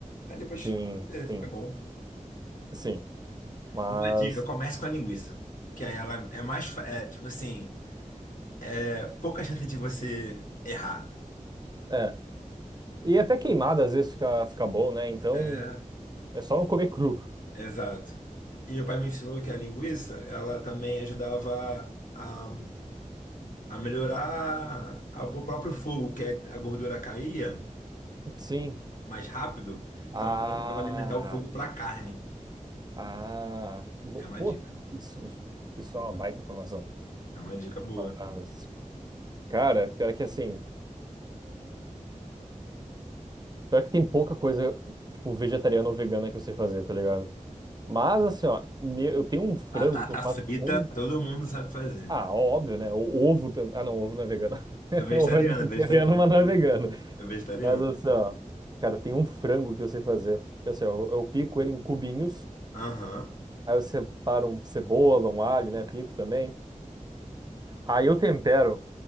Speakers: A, on the left (about 80°); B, on the right (about 30°).
A: aí depois
B: sim,
A: é, fica
B: sim,
A: bom.
B: sim. Mas,
A: Uma dica, comece com a linguiça. Que aí ela é mais, fa- é, tipo assim, é pouca chance de você errar.
B: é. E até queimada às vezes fica, fica bom, né? Então,
A: É.
B: é só não comer cru.
A: Exato. E meu pai me ensinou que a linguiça, ela também ajudava a, a melhorar a- o próprio fogo, que é- a gordura caía
B: Sim.
A: mais rápido, então
B: Ah,
A: ela ajudava a alimentar o fogo para carne.
B: ah. bo-
A: É uma
B: Pô,
A: dica.
B: isso, isso isso é uma baita informação.
A: É uma dica boa.
B: Mas, cara, pior que assim, pior que tem pouca coisa, tipo, vegetariana ou vegana que eu sei fazer, tá ligado? Mas assim, ó, me- eu tenho um frango
A: Batata
B: que eu faço
A: frita,
B: com.
A: todo mundo sabe fazer.
B: Ah, óbvio, né? O ovo também. Ah, não, ovo não é vegano. <laughs>
A: É vegetariano,
B: Ovo é vegetariano,
A: é vegetariano.
B: mas não é vegano.
A: É vegetariano.
B: Mas assim, ó, cara, tem um frango que eu sei fazer. Assim, ó, eu eu pico ele em cubinhos,
A: Aham.
B: aí eu separo um cebola, um alho, né? Pico também. Aí eu tempero,